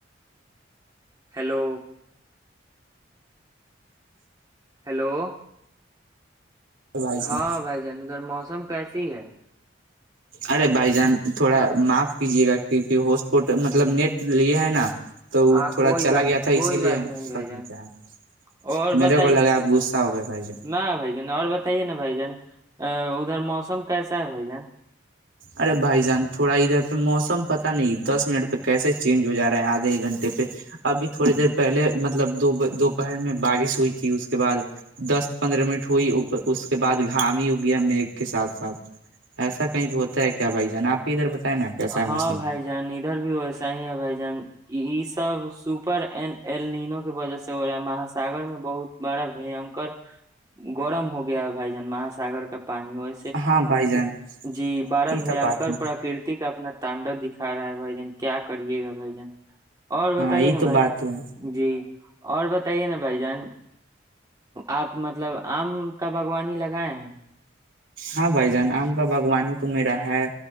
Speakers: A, on the right; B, on the right.
A: ہیلو ہیلو
B: بھائی جان.
A: ہاں بھائی جان ادھر موسم کیسی ہے
B: ارے بھائی جان تھوڑا معاف کیجیے گا کیونکہ ہوسپٹ مطلب نیٹ یہ ہے نا تو
A: ہاں
B: وہ تھوڑا
A: کوئی
B: چلا
A: بات
B: گیا تھا
A: کوئی
B: اسی لیے
A: بات نہیں بھ
B: کٹ
A: جن
B: دیتا ہے
A: اور
B: میرے
A: بتائی
B: کو لگا آپ غصہ ہو گئے بھائی جان
A: نہ بھائی جان اور بتائیے نا بھائی جان ا ادھر موسم کیسا ہے بھائی جان
B: ارے بھائی جان تھوڑا ادھر پہ موسم پتا نہیں دس منٹ پہ کیسے چینج ہو جا رہا ہے آدھے ایک گھنٹے پہ ابھی تھوڑی دیر پہلے مطلب دو دوپہر میں بارش ہوئی تھی اس کے بعد دس پندرہ منٹ ہوئی اس کے بعد گام اگیا میگ کے ساتھ ساتھ ایسا کہیں پتا ہے کیا بھائی جان آپ کے ادھر
A: ہاں
B: موسم
A: بھائی جان ادھر بھی ویسا ہی ہے بھائی جان یہ سب سپر ا ایلینو کی وجہ سے ہو رہا ہے مہاساگر میں بہت بڑا بینکر گرم ہو گیا بھائی مہاگر کا پانی ہوے
B: ہاں بھائی جان
A: جی بارہ
B: یہ
A: بیاکر
B: تو بات ہے،
A: پرکرتی اپنا تانڈو دکھا رہا ہے بھائی جن کیا کریے گا بھائی جن اور
B: ہاں
A: بتائیے
B: یہ
A: نا
B: تو
A: بھائی
B: بات ہے
A: جی اور بتائیے نا بھائی جان آپ مطلب آم کا باغوانی لگائے ہیں
B: ہاں بھائی جان آم کا باغوانی تو میرا ہے